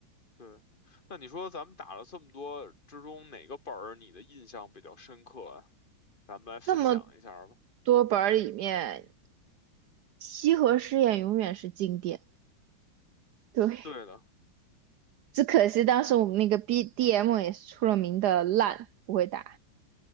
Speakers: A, on the left; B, on the right.
A: 对，那你说咱们打了这么多之中，哪个本儿你的印象比较深刻啊？咱们来分享一下儿吧。
B: 这么多本儿里面，西河试验永远是经典。对，
A: 对的，
B: 只可惜当时我们那个 BDM 也是出了名的烂，不会打。